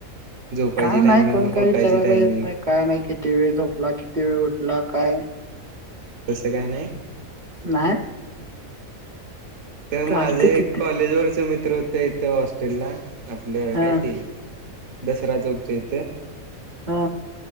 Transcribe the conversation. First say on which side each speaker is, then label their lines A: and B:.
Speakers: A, on the right; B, on the right.
A: झोपायची
B: काय
A: टायमिंग
B: नाय कोण काय
A: उठायची
B: विचारायला
A: टायमिंग
B: येत नाय काय नाय किती वेळ झोप ला? किती वेळ उठला? काय
A: तस काय नाय.
B: नाही
A: त माझे
B: चालते किती
A: एक कॉलेजवरचं मि त्र होता इथं हॉस्टेलला आपलं
B: हा
A: काय ते दसरा चौकच्या इथे
B: हा